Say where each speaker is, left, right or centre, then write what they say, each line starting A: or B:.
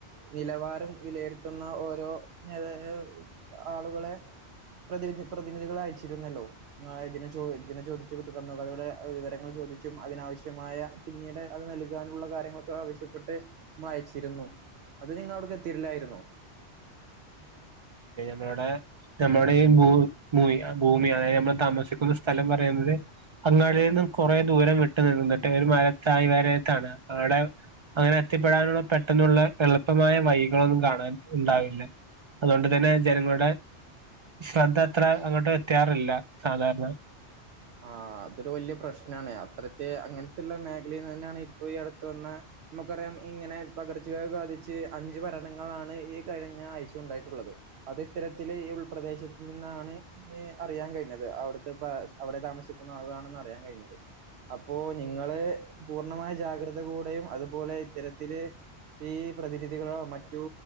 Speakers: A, on the right; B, on the right.
A: നിലവാരം വിലയിരുത്തുന്ന ഓരോ നേതാഹ് ആളുകളെ പ്രതി പ്രതിനിധികളെ അയച്ചിരുന്നല്ലോ ഇതിനെ ഇങ്ങ <unintelligible> ചോ ഇതിനെ ചോദിച്ചു വരുടെ വിവരങ്ങൾ ചോദിച്ചും അതിനാവശ്യമായ പിന്നീട് അത് നൽകാനുള്ള കാര്യങ്ങൾ ആവശ്യപ്പെട്ട് വായിച്ചിരുന്നു അത് നിങ്ങള് അവിട്ക്ക് എത്തിരില്ലായിരുന്നോ
B: ഇവിടെ നമ്മുടെ ഈ ഭൂ ഭൂ ഭൂമി അതായത് നമ്മൾ താമസിക്കുന്ന സ്ഥലം പറയുന്നത് അങ്ങാടിയിൽ
A: ആഹ്
B: നിന്നും കുറെ ദൂരം വി ഇത്തിരി നേരം ഇരുന്നിട്ട് ഒരു മരത്തായ വരത്താണ് അവിടെ അങ്ങനെ എത്തിപ്പെടാനുള്ള പെട്ടെന്നുള്ള എളുപ്പമായ വഴിക്കളെ ഒന്നും കാണാൻ ഉണ്ടാവില്ല. അതുകൊണ്ട് തന്നെ ജനങ്ങളുടെ ശ്രദ്ധ അത്ര അങ്ങോട്ട് എത്തിയാറില്ല സാധാരണ.
A: ആഹ് അതൊരു വലിയ പ്രശ്നയാണ്, അത്രത്തെ അങ്ങനത്തുള്ള മേഖലയിന്ന് തന്നെയാണ് ഇപ്പൊ ഈ അടുത്ത വന്ന നമുക്കറിയാം ഇങ്ങനെ പകർച്ചവ്യാധി ബാധിച്ച് അഞ്ചു മരണങ്ങളാണ് ഈ കഴി ഞ്ഞ ആഴ്ച ഉണ്ടായിട്ടുള്ളത്. അത് ഇത്തരത്തില് ഈ ഉൾപ്രദേശത്തിൽ നിന്നാണ് ഇങ്ങനെ. അറിയാൻ കഴിഞ്ഞത്. അതെ അവിടുത്തെ പകർ താമസിക്കുന്ന ആളുക്കാണ് എന്ന് അറിയാൻ കഴിഞ്ഞത്. അപ്പോ നിങ്ങള് പൂർണമായി. ജാഗ്രത കൂടെയും അതുപോലെ ഇത്തരത്തില് ഈ പ്രതിനിധികളോ മറ്റു